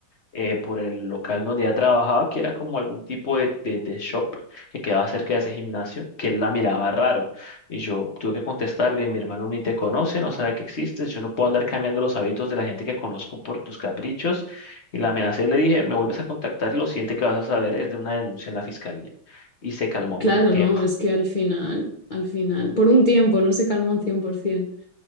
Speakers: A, on the left; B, on the left.
A: eh, por el local donde ella trabajaba, que era como algún tipo de, de, de shop que quedaba cerca de ese gimnasio, que él la miraba raro. Y yo tuve que contestarle, mi hermano ni te conoce, no sabe que existes, yo no puedo andar cambiando los hábitos de la gente que conozco por tus caprichos. Y la amenacé, le dije, me vuelves a contactar y lo siguiente que vas a saber es de una denuncia en la fiscalía. Y se calmó
B: claro,
A: por un tiempo.
B: no, es que al final, al final, por un tiempo, no se calmó un 100%.